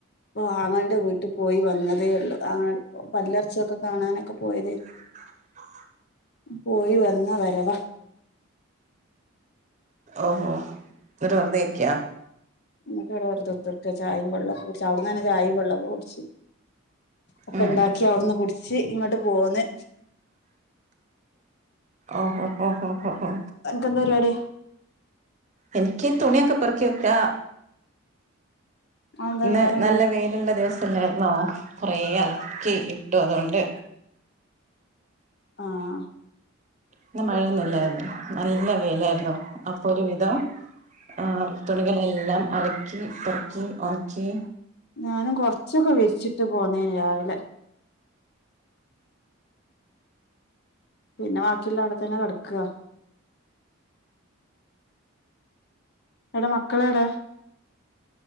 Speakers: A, on the left; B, on the right.
A: പ്പൊ ആങ്ങളന്റെ വീട്ട് പോയി വന്നതേ ഒള്ളു ആൾ പല്ലർച്ചൊക്കെ കാണാനൊക്കെ പോയതേര്ന്നു
B: <inaudible>
A: പോയി വന്ന വരവാ
B: ഓഹോ ന്നട്ട് വെറുതെ ഇരിക്ക
A: ന്നട്ടിവിടെ വെറ്തെ കുത്തർക്കാ ചായിം വള്ളൊക്കെ കുടിച്ച് അവിട്ന്നന്നെ ചായിം വെള്ളൊക്കെ കുടിച്ച് ഒക്കെ
B: ഉം
A: ഒണ്ടാക്കി അവിടുന്ന് കുടിച്ച് ഇങ്ങോട്ട് പോന്ന്
B: ഓഹോ ഹോ ഹോ ഹോ
A: ക്കെന്താ പരിപാടി
B: എനിക്ക് തുണിയൊക്കെ പെറക്കി വെക്കാ
A: അതെന്താ
B: ഇന്ന്
A: നേരം
B: നല്ല
A: വൈകിയെ
B: വെയിലുള്ള ദിവസം അല്ലായിരുന്നോ കൊറേ അലക്കി ഇട്ടു അതുകൊണ്ട്
A: ആഹ്
B: ഇന്ന് മഴയൊന്നുല്ലായിരുന്നു നല്ല വെയിലാരുന്നു അപ്പോ ഒരു വിധം ആഹ് തുണികളെല്ലാം അലക്കി പെറക്കി ഒണക്കി
A: ഞാനും കൊറച്ചൊക്കെ വിരിച്ചിട്ട് പോന്നേന് രാവിലെ പിന്നെ ബാക്കിയുള്ള അവിടെത്തന്നെ കെടക്കാ എടെ മക്കളേടെ